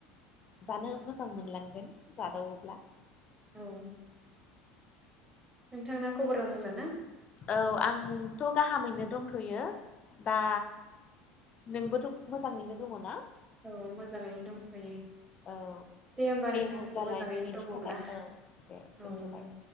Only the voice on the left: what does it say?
जानो मोजां मोनलांगोन जादावोब्ला
औ आंथ' गाहामैनो दंथ'यो दा नोंबोथ' मोजाङैनो दङ ना
औ
होमब्लालाय
दिनैनि
थाखाय औ दे दोनथ'बाय